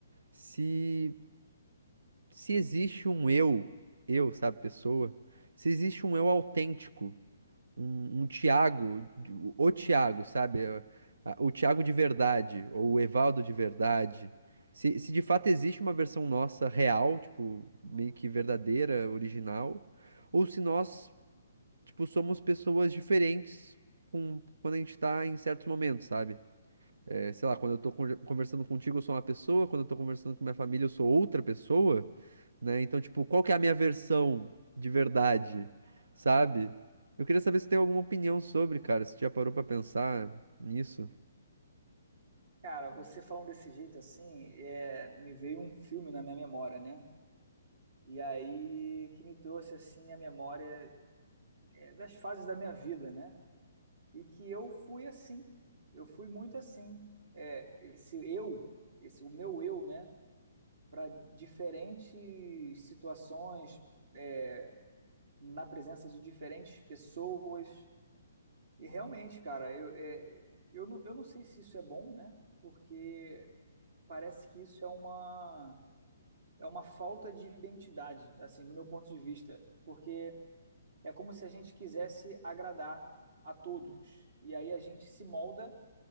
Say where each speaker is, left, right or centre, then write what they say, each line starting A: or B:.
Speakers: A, on the right; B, on the right.
A: se se existe um eu, eu, sabe, pessoa, se existe um eu autêntico um, um Thiago, o Thiago, sabe? É, a- O Thiago de verdade, ou o Evaldo de verdade. Se, se de fato existe uma versão nossa real, tipo, meio que verdadeira, original, ou se nós, tipo, somos pessoas diferentes com, quando a gente tá em certos momentos, sabe? É, sei lá, quando eu tô con- conversando contigo, eu sou uma pessoa, quando eu tô conversando com minha família, eu sou outra pessoa, né? Então, tipo, qual que é a minha versão de verdade, sabe? Eu queria saber se tem alguma opinião sobre, cara, se já parou pra pensar nisso.
B: Cara, você falando desse jeito assim, é, me veio um filme na minha memória, né? E aí que me trouxe assim a memória é, das fases da minha vida, né? E que eu fui assim, eu fui muito assim. É, esse eu, esse o meu eu, né? Para diferentes situações, é, na presença de diferentes pessoas. E realmente, cara, eu, é, eu, não, eu não sei se isso é bom, né? Porque parece que isso é uma, é uma falta de identidade, assim, no meu ponto de vista. Porque é como se a gente quisesse agradar a todos. E aí a gente se molda